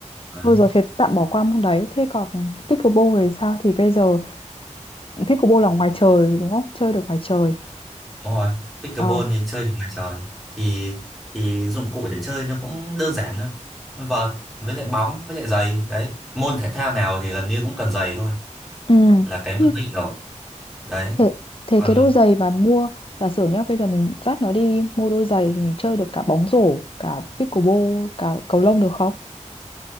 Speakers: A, in the centre; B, on the left.
A: Đấy.
B: Thôi rồi thế tạm bỏ qua môn đấy. Thế còn pickleball thì sao? Thì bây giờ pickleball là ngoài trời đúng không? Chơi được ngoài trời.
A: Đúng rồi, pickleball
B: Ờ.
A: thì chơi được ngoài trời thì thì dụng cụ để chơi nó cũng đơn giản thôi. Vợt với lại bóng với lại giày đấy. Môn thể thao nào thì gần như cũng cần giày thôi,
B: Ừ.
A: là cái
B: Nhưng
A: mặc định rồi. Đấy.
B: thế, thế
A: Còn
B: cái đôi giày mà mua giả sử nhá, bây giờ mình dắt nó đi mua đôi giày thì chơi được cả bóng rổ, cả pickleball, cả cầu lông được không?